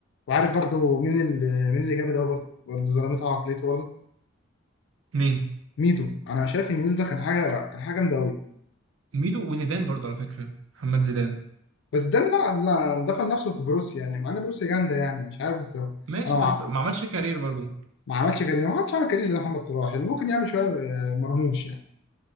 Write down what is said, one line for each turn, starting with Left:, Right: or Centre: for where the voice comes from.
Left: وعارف برضو مين اللي مين اللي جامد قوي برضو برضو ظلمتها عقليته برضو
Right: مين
Left: ميدو انا شايف ان ميدو ده كان حاجه كان حاجه جامده قوي
Right: ميدو وزيدان برضو على فكره محمد زيدان
Left: بس ده لا لا دفن نفسه في بروسيا يعني مع ان بروسيا جامده يعني مش عارف بس انا
Right: ماشي
Left: ما
Right: بس ما عملش كارير برضو
Left: ما عملش كارير ما حدش عمل كارير زي محمد صلاح اللي ممكن يعمل شويه آه، مرموش يعني